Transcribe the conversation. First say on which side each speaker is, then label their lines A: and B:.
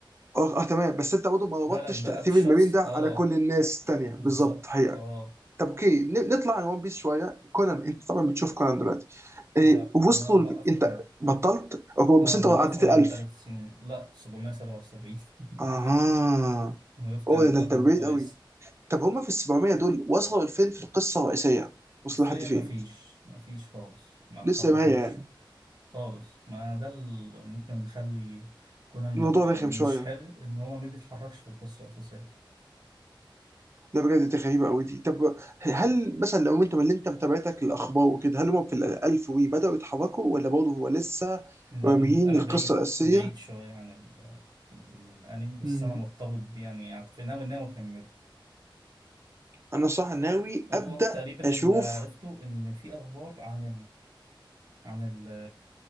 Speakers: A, on the right; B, on the right.
A: اه اه تمام بس انت برضه ما ربطتش
B: بالك بقى
A: تاثير
B: بشخص
A: المبين ده
B: اه
A: على كل الناس التانيه
B: بالظبط
A: بالظبط حقيقه
B: اه
A: طب اوكي ن- نطلع عن ون بيس شويه كونان انت طبعا بتشوف كونان دلوقتي إيه
B: لا هو
A: وصلوا
B: انا موقف
A: ال- انت
B: كونان
A: بطلت أوكي،
B: اه
A: بس انت
B: موقفه
A: عديت
B: من
A: ال 1000
B: ثلاث سنين لا 777 <laughs>
A: اها
B: وقفت
A: اوه
B: عند
A: ده
B: رقم
A: انت بعيد
B: كويس
A: قوي طب هما في ال 700 دول وصلوا لفين في القصه الرئيسيه وصلوا
B: حرفيا
A: لحد فين
B: مفيش مفيش خالص ما اتحركوش
A: لسه ما هي يعني
B: خالص ما ده اللي ممكن يخلي كونان
A: الموضوع
B: آه،
A: رخم
B: مش
A: شويه
B: حلو ان هو ما بيتحركش في القصة الأساسية
A: لا بجد دي غريبه قوي دي طب هل مثلا لو انت من اللي انت متابعتك الاخبار وكده هل هما في ال 1000 وي بداوا يتحركوا ولا برضه هو لسه
B: لا
A: راميين
B: م- انا
A: القصه
B: بعيد
A: الاساسيه
B: بعيد شوية عن ال- الانمي بس
A: مم.
B: انا مرتبط بيه يعني عاطفيا ناوي ناوي اكمله
A: انا صح ناوي
B: هو
A: ابدا
B: تقريبا
A: اشوف
B: اللي عرفته ان في اخبار عن عن ال